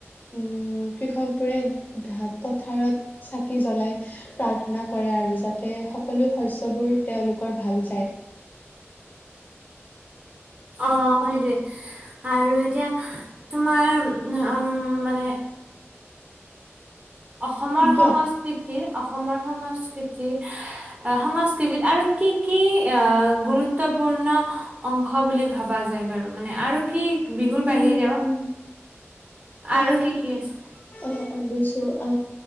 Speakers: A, on the left (about 40°); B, on the right (about 30°).
A: উম উম কৃষক বোৰে পথাৰত চাকি জ্বলাই প্ৰাৰ্থনা কৰে আৰু যাতে সকলো শস্যবোৰ তেওঁলোকৰ ভাল যায়।
B: অ হয়
A: আৰু
B: দে আৰু এতিয়া তোমাৰ উম মানে অসমৰ সংস্কৃতি,
A: কোৱা
B: অসমৰ সংস্কৃতি সংস্কৃতিত আৰু কি কি আহ গুৰুত্বপূৰ্ণ অংশ বুলি ভাবা যায় বাৰু মানে আৰু কি বিহুৰ বাহিৰেও
A: উম উম
B: আৰু
A: অ
B: কি কি আছে?
A: অ অ বুজিছো অ